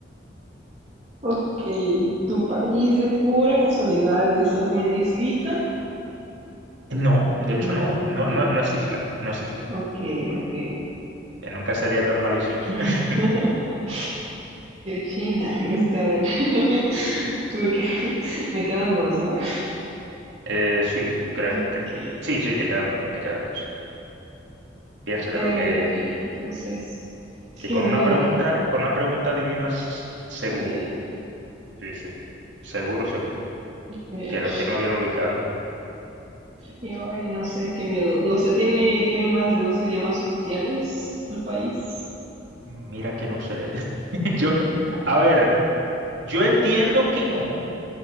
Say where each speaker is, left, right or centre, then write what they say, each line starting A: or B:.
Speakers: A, on the right (about 35°); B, on the right (about 70°).
A: Ok, ¿tu país de pura casualidad es alguna islita?
B: No, de hecho no,
A: No,
B: no,
A: no.
B: no, no es isla, no es isla,
A: Ok, ok.
B: que nunca sería tan malicioso.
A: <laughs>
B: <laughs>
A: Yo China, <laughs> este, a ver. <laughs> Ok, <laughs> Me quedan dos, ¿no?
B: Eh, sí, cre-
A: Ok,
B: cre- sí, sí, te quedan dos, te quedan dos. Piénsate
A: eh,
B: lo que,
A: ok, no sé. Es, es
B: que
A: que
B: con
A: a ver,
B: una pregunta, con una pregunta adivinas seguro.
A: sí,
B: Sí, sí. Seguro, seguro.
A: a ver.
B: Que lo tienes bien ubicado.
A: Yo ay, no sé, qué miedo. No sé, ¿tiene, tiene más de dos idiomas oficiales el país?
B: Mira que no sé. <laughs> Yo, a ver, yo entiendo que no,